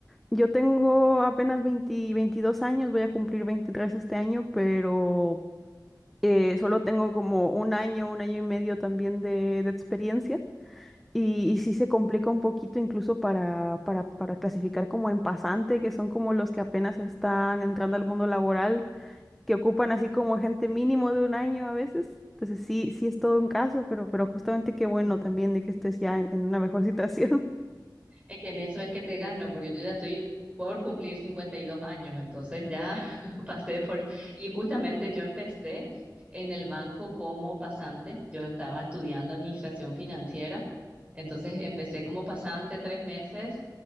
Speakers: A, in the centre; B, on the right.
A: Yo tengo apenas 20 22 años, voy a cumplir 23 este año, pero eh, solo tengo como un año, un año y medio también de de experiencia. Y, y sí se complica un poquito incluso para, para, para clasificar como en pasante, que son como los que apenas están entrando al mundo laboral, que ocupan así como gente mínimo de un año a veces. Entonces sí, sí es todo un caso, pero, pero justamente qué bueno
B: Wow.
A: también de que estés ya en, en una mejor situación. <laughs>
B: Es que en eso es que te gano, porque yo ya estoy por cumplir 52 años, entonces ya <laughs> pasé por... Y justamente yo empecé en el banco como pasante, yo estaba estudiando administración financiera, entonces empecé como pasante tres meses,